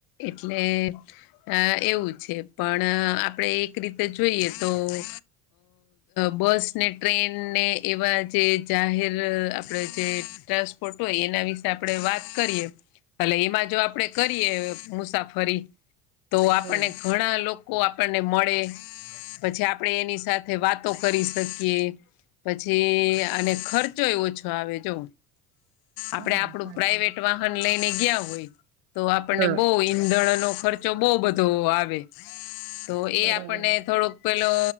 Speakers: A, on the left; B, on the right.
A: એટલે અ એવું છે પણ આપણેે એક રીતે જોઈએ તો અ બ બસ ને ટ્રેન ને એવા જે જાહેર આપડે જે ટ્રાસપ ખોટોય એના વિશે આપડે વાત કરીએ અલે એના એમાં જો આપડે કરીએ મુસાફરી તો આપણને
B: હા
A: ઘણા લોકો આપણને મળે. પછી આપડણે એની સાથે વાતો કરી શકીએ પછી અને ખર્ચ. ખરચો ઓછો આવે જો આપડે
B: હા
A: આપડું
B: સાચી
A: પ્રાઈવેટ
B: વાત.
A: વાહન લઈને ગયા હોય. તો આપણને
B: હા.
A: બહુ ઈંધણનો ખર્ચો બહુ બધો આવે. તો એ
B: બરાબર.
A: આપણને થોડોક પેલો